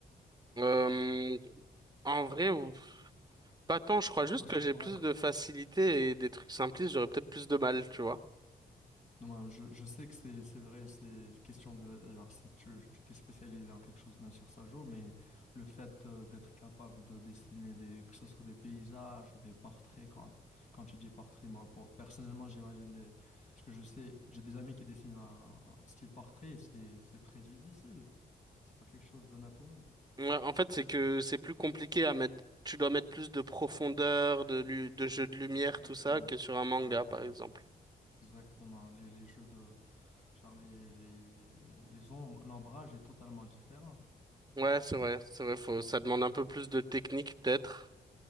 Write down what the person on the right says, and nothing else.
Euh, en vrai, ou- pas tant. Je crois juste
que
j'ai
plus
de facilité et des trucs simplistes, j'aurais peut-être plus de mal, tu vois.
Ouais, en fait, c'est que c'est plus compliqué à mettre. Tu dois mettre plus de profondeur, de, lu- de jeu de lumière,
tout ça, que sur un manga,
par exemple.
Ouais, c'est vrai, c'est vrai. Faut, ça demande un peu plus de technique, peut-être.